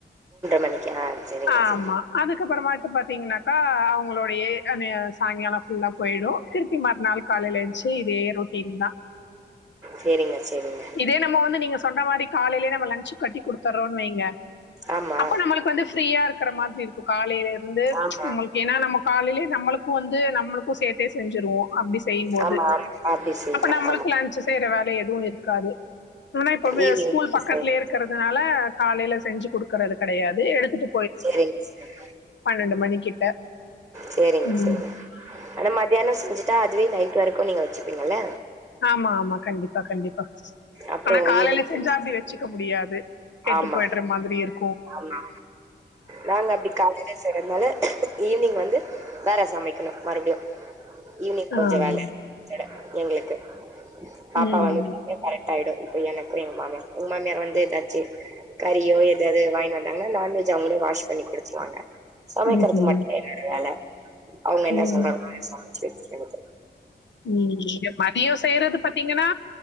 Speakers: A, on the right (about 15°); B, on the left (about 80°).
A: மணிக்கா சரிங்க
B: ஆமா
A: சரி
B: அதுக்கப்புறமா பாத்தீங்கனாக்கா அவங்களுடைய சாயங்கால ல்ல போயிடும் திருப்பி மறுநாள் காலையில எந்துச்சு இதே ரொட்டீன் தா
A: சரிங்க சரிங்க
B: இதே நம்ம வந்து நீங்க சொன்ன மாரி காலேயே நம்ம லஞ்ச் கட்டி குடுத்தர்றோன்னு வைங்க
A: ஆமா
B: அப்ப நம்மளுக்கு வந்து ஃப்ரீயா இருக்கிற மாதிரி இருக்கும் காலையில இருந்து
A: ஆமா
B: நம்ளுக்கு ஏன்னா நம்ம காலயிலே நம்மளுக்கும் வந்து நம்மளுக்கும் சேத் செஞ்சுருவோ அப்டி செய்யும் போது
A: ஆமா, ஆமா. அப்டி செய்யலாம்.
B: அப்ப நம்மளுக்கு
A: ஆமா.
B: லன்ஞ்சு செய்யற வேல எதுவு இருக் காது ஆனா இப்ப
A: ஈவ்னிங்
B: ஸ்கூல்
A: சரிங்க
B: பக்கத்துலயே இருக்கிறதுனால காலையில செஞ்சு குடுக்கறது கெடையாது எடுத்துட்டு
A: சேரிங்க சிஸ்டர்
B: பன்னெண்டு மணிக்கிட்ட
A: சேரிங்க
B: உம்
A: சேரிங்க அத மட் மத்தியான செஞ்சுட்டா அதுவே நைட் வரைக்கு நீங்க வச்சிப்பீங்கல்ல
B: ஆமா ஆமா கண்டிப்பா கண்டிப்பா
A: அப்புறம்
B: ஆனா காலயில
A: ஈவ்னிங்
B: செஞ்சா
A: செஞ்சு
B: அப்டி வச்சுக்க முடியாது கெட்டு
A: ஆமா,
B: போயிடுற மாதிரி இருக்
A: ஆமா நாங்க அப்டி காலில செய்றனால ஈவினிங் வந்து வேற சமைக்கணும் மறுபடியும் ஈவினிங் கொஞ்ச
B: ஆஹ்
A: வேல எங்களுக்கு பாப்பா
B: உம்
A: வந்து <inaudible> ஆய்டும் இப்ப எனக்கு எங்க மாமியார் எங்க மாமியார் வந்து எதாச்சு கறியோ எது வாங்கி வந்தாங்கனா நான்வெஜ் அவங்களே வாஷ் பண்ணி குடுத்துவாங்க சமைக்கிறது
B: உம்
A: மட்டு என்னோட வேல அவங்க என்ன
B: உம்
A: சொல்றாங்களோ அதே சமைச்சு வைக்கறது
B: ம் மதியம் செய்யறது பாத்தீங்கனா